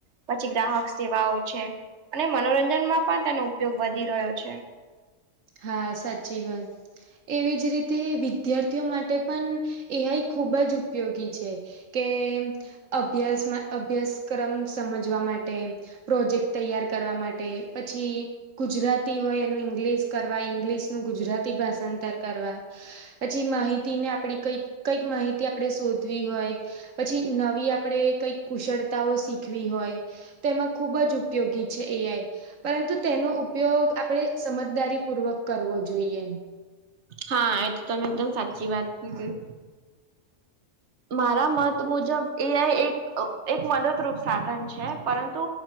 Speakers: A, on the right; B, on the right.
A: પછી ગ્રાહક સેવાઓ છે અને મનોરંજનમાં પણ તેનો ઉપયોગ વધી રહ્યો છે.
B: હા સાચી વાત એવી જ રીતે વિદ્યાર્થીઓ માટે પણ એ આઈ ખુબ જ ઉપયોગી છે. કે અભ્યાસમાં અભ્યાસક્રમ સમજવા માટે પ્રોજેક્ટ તૈયાર કરવા માટે પછી ગુજરાતી હોય એનું ઇંગલિશ કરવા ઇંગ્લિશનું ગુજરાતી ભાષાંતર કરવા પછી માહિતી ને આપડી કઈ કઈક માહિતી આપણેે શોધવી હોય પછી નવી આપણે કઈ કુશળતાઓ શીખવી હોય તો એમાં ખૂબ જ ઉપયોગી છે એ આઈ પરંતુ તેનો ઉપયોગ આપણે સમજદારી પૂર્વક કરવો જોઈએ.
A: હા એ તો તમે એકદમ સાચી વાત કીધી મારા મત મુજબ એ આઈ એક એક મદદરૂપ સાધન છે પરંતુ